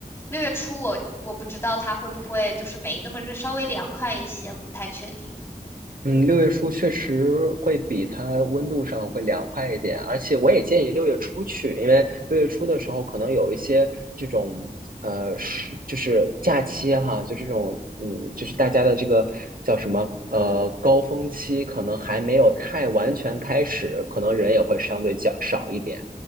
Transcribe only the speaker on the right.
嗯，六月初确实会比它温度上会凉快一点，而且我也建议六月初去，因为六月初的时候可能有一些这种呃是就是假期啊哈，就这种嗯，就是大家的这个叫什么呃高峰期，可能还没有太完全开始，可能人也会相对较少一点。